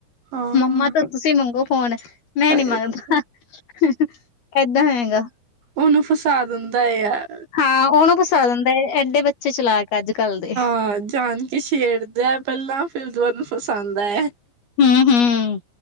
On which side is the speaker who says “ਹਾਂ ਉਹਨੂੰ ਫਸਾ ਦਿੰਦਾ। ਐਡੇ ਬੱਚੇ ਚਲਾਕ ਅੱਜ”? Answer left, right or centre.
Left